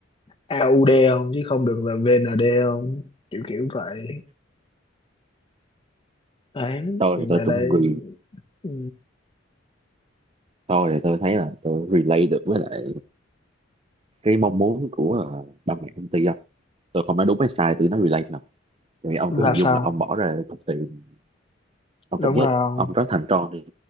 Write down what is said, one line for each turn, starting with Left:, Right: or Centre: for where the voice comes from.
Left: AUD không chứ không được là VND không kiểu kiểu vậy đấy
Right: tôi
Left: thì
Right: thì tôi
Left: về
Right: cũng
Left: đây
Right: re
Left: Ừ,
Right: tôi thì tôi thấy là tôi relate được với lại cái mong muốn của ờ, ba mẹ công ty không tôi không nói đúng hay sai tôi nói relate không thì ông
Left: là
Right: cứ hình dung
Left: sao
Right: là ông bỏ ra chục tiền ông
Left: đúng
Right: cảm giác
Left: rồi không
Right: ông có thằng con đi